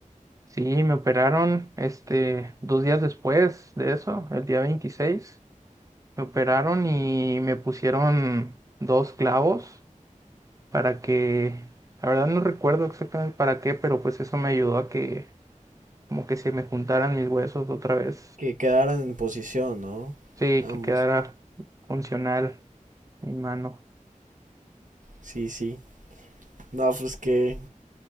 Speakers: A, on the right; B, on the right.
A: Sí, me operaron, este, dos días después de eso, el día 26 me operaron y me pusieron dos clavos para que, la verdad no recuerdo exactamente para qué, pero pues eso me ayudó a que como que se me juntaran mis huesos otra vez.
B: Que quedaran en posición, ¿no?
A: Sí,
B: Ambos.
A: que quedara funcional mi mano.
B: Sí, sí. No, pues qué,